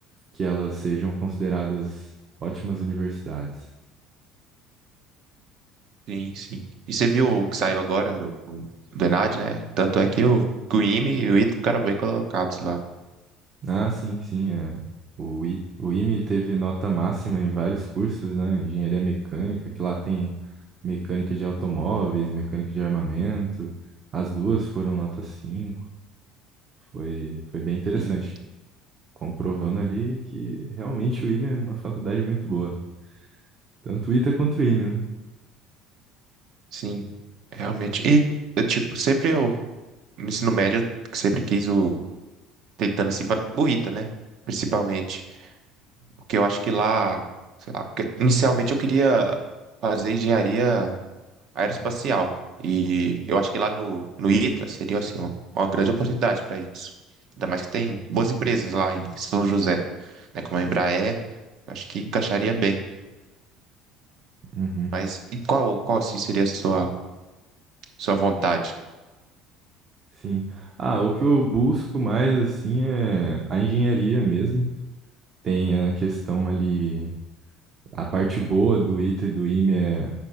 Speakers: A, on the right; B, on the right.
A: que elas sejam consideradas ótimas universidades.
B: Sim, sim, e você viu o que saiu agora do, do ENAD, né, tanto é que o, que o IME e o ITA ficaram bem colocados lá,
A: Ah, sim, sim. É. O, I, o IME teve nota máxima em vários cursos, né? Engenharia mecânica, que lá tem mecânica de automóveis, mecânica de armamento. As duas foram nota 5. Foi, foi bem interessante,
B: sim,
A: comprovando ali que realmente o IME é uma faculdade muito boa. Tanto o ITA quanto o IME, né?
B: sim, realmente, e, eu, tipo, sempre eu No ensino médio, eu sempre quis o. Tentando se. fa- buita né? Principalmente. Porque eu acho que lá. Sei lá. porque inicialmente eu queria fazer engenharia aeroespacial. E eu acho que lá no, no ITA seria assim, ó, uma grande oportunidade para isso. Ainda mais que tem boas empresas lá em São José, né? Como a Embraer, eu acho que encaixaria bem.
A: Uhum,
B: Mas e qual, qual assim seria a sua, sua vontade?
A: sim. Ah, o que eu busco mais, assim, é a engenharia mesmo. Tem a questão ali A parte boa do ITA e do IME é